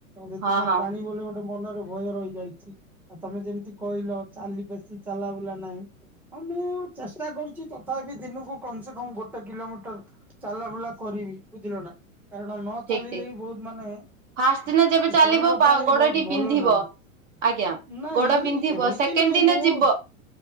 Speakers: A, in the centre; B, on the right (about 60°).
A: ସେଥିପାଇଁ
B: ହଁ ହଁ
A: ପାଣି ବୋଲେ ଗୋଟେ ଗୋଟେ ମନରେ ଭୟ ରହିଯାଇଛି ଆଉ ତମେ ଯେମିତି କହିଲ ଚାଲି ବେଶି ଚାଲା ବୁଲା ନାହିଁ। ହଁ ମୁଁ ଚେଷ୍ଟା କରୁଛି ତଥାପି ଦିନକୁ କମ ସେ କମ ଗୋଟେ କିଲୋମିଟର ଚାଲା ବୁଲା କରିବି ବୁଝିଲ ନା। କାରଣ ନ ଚାଲିଲେ
B: ଠିକ ଠିକ।
A: ବି ବହୁତ ମାନେ
B: ଫାଷ୍ଟ ଦିନ ଯେବେ ଚାଲିବ
A: ଶରୀର ପାଇଁ ବି
B: ଗୋଡଟି
A: ବହୁତ ଭଲ
B: ବିନ୍ଧିବ
A: ନାହିଁ।
B: ଆଜ୍ଞା।
A: ନାଇଁ
B: ଗୋଡ ବିନ୍ଧିବ
A: ଏମିତି
B: ସେକେଣ୍ଡ
A: ନାହିଁ
B: ଦିନ
A: ମୁଁ
B: ଯିବ